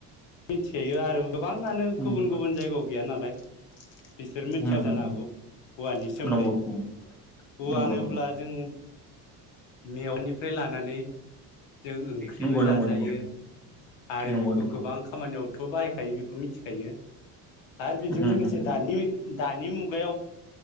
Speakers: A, on the left; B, in the centre.
A: मिथिखायो आरो गोबाङानो
B: उम
A: गुबुन गुबुन जायगायाव गैया नालाय बिसोर मिथियाबो
B: उम उम
A: जानो हागौ औवानि सोमोन्दै
B: नंगौ उम
A: औवा
B: नंगौ
A: होनोब्ला
B: नंगौ
A: जों मेवानिफ्राय लानानै जों ओंख्रिबो
B: नंगौ
A: जाजायो
B: नंगौ नंगौ
A: आरो
B: नंगौ
A: बेखौ
B: नंगौ
A: गोबां खा नियावथ' बाहायखायो बिखौ मिथिखायो आरो बेजों
B: उम
A: लोगोसे
B: उम
A: दानि-दानि मुगायाव